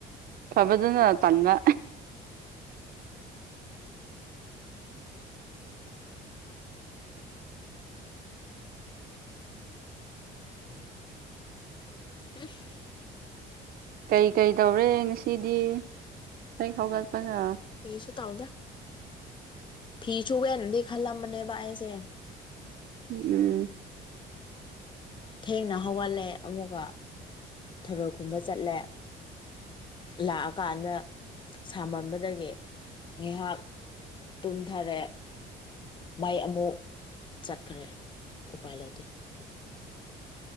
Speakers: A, on the right; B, on the left.
A: ꯐꯕꯗꯨꯅ ꯇꯟꯕ
B: <unintelligible>
A: ꯀꯩ ꯀꯩ ꯇꯧꯔꯦ ꯉꯁꯤꯗꯤ ꯍ‌ꯦꯛ ꯍꯧꯒꯠꯄꯒ
B: ꯀ꯭ꯔꯤꯁꯨ ꯇꯧꯗ‌ꯦ ꯐꯤ ꯁꯨꯒ‌ꯦꯅꯗꯤ ꯈꯜꯂꯝꯕꯅꯦꯕ ꯑꯩꯁꯦ
A: ꯎꯝ
B: ꯊꯦꯡꯅ ꯍꯧꯒꯠꯂꯦ ꯑꯃꯨꯛꯒ ꯊꯔꯣꯏ ꯀꯨꯝꯕ ꯆꯠꯂꯦ ꯂꯥꯛꯑꯀꯥꯟꯗ ꯁꯥꯃꯟꯕꯗꯒꯤ ꯉꯥꯏꯍꯥꯛ ꯇꯨꯝꯊꯔꯦ ꯃꯩ ꯑꯃꯨꯛ ꯆꯠꯈ꯭ꯔꯦ ꯎꯄꯥꯏ ꯂꯩꯇꯦ